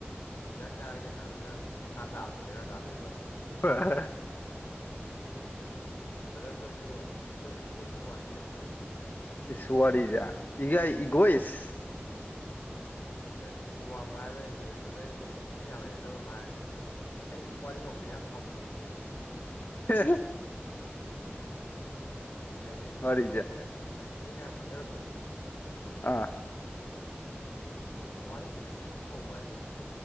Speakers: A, on the left; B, on the left.
A: ꯌꯦꯟꯖꯥꯡ ꯆꯥꯔꯒꯦ ꯍꯪꯉꯒ ꯃꯈꯥ ꯇꯥꯕꯕꯁꯤ ꯕꯦꯔꯥ ꯀꯥꯗꯣꯏꯕ
B: ꯍꯣꯏ <inaudible>
A: ꯕꯥꯔꯗꯥꯔ ꯑꯩꯈꯣꯏꯁꯨ ꯑꯩꯈꯣꯏꯁꯨ ꯏꯒꯣ ꯊꯤ ꯋꯥꯡꯏ ꯀꯩꯅꯣ ꯕꯥꯔꯗꯥꯔ
B: ꯁꯋꯥꯔꯤꯖ ꯏꯒ ꯏꯒꯣꯏꯁ <inaudible>
A: ꯑꯦ ꯅꯠꯇꯦ ꯏꯒꯣ ꯋꯥꯡꯕ ꯍꯥꯏꯕ ꯌꯥꯔꯦ ꯕ꯭ꯔꯗ ꯑꯩꯗꯤ ꯑꯩ ꯌꯥꯝ ꯍꯩꯅꯗꯕ ꯑꯃ ꯍꯥꯏꯔꯗꯤꯅꯦ ꯕ <inaudible> ꯑꯩꯅ ꯁꯨꯝ ꯋꯥꯔꯤ ꯍꯧꯁꯦ ꯌꯥꯝ ꯁꯥꯎꯅꯤꯡꯉꯦꯕ
B: ꯍꯣꯏ ꯍꯣꯏ <inaudible>
A: ꯑꯩ ꯑꯩꯈꯣꯏ
B: ꯋꯥꯔꯤꯁꯦ
A: ꯑꯩꯅ ꯍꯥꯟꯅ ꯈꯪꯅꯔꯝꯕ ꯅꯨꯄꯤꯗꯣ
B: ꯑꯥ
A: ꯋꯥꯔꯤꯖꯦ ꯑꯩꯅ ꯑꯗꯨꯝ ꯍꯧꯕ ꯍꯥꯏꯇꯥꯔꯦ